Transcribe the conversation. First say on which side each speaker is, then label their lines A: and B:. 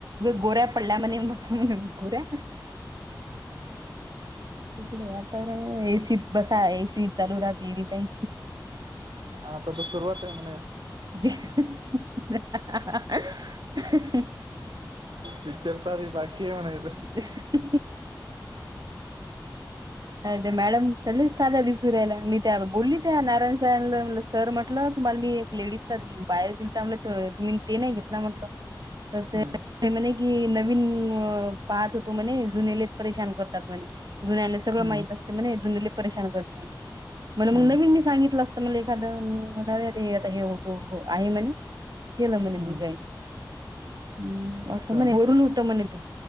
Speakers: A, on the right; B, on the right.
A: गोऱ्या पडल्या म्हन म्ह गोऱ्या... तिकडे तर एसी बसा एसी चालू राहते येरी टई...
B: आ आता तर सुरुवात आहे म्हणे....
A: हं हं हं....
B: विचारतारी बाकी म्हणा...
A: ह... अ मॅडम च साधा दिसू राहायला मी त्या बोलली त्या नारायन सारांना... सर म्हटलं तुम्हाला मी एक लेडीजचा बायो जिलता म्हटलं तुम्ही ते नाही घेतला म्हटलं तर
B: हम्म
A: ते म्हणे कि नवीन पाहत होतो म्हणे जुनेलेच परेशान करतात म्हणे.... जुन्याला सगळं
B: हम्म
A: माहित असते म्हणे जुन्याले परेशान करतात म्हणे.... मला
B: हम्म
A: मग नवीन मी सांगितलं असत मला एखादं म्हणारे आता हे होतो आहे म्हणे.... केलं म्हणे
B: हम्म
A: मी जॉईन, हम
B: अच्छा
A: असं म्हणे वरून होत म्हणे ते...